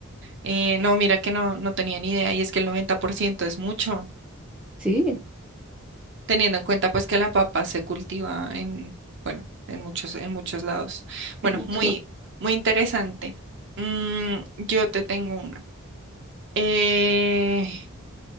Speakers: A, on the right; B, in the centre.
A: Eh, no, mira que no, no tenía ni idea y es que el 90% es mucho,
B: Sí,
A: teniendo en cuenta pues que la papa se cultiva en, bueno, en muchos, en muchos lados. Bueno,
B: es mucho.
A: muy,
B: lo-
A: muy interesante. Mm, yo te tengo una. Eh,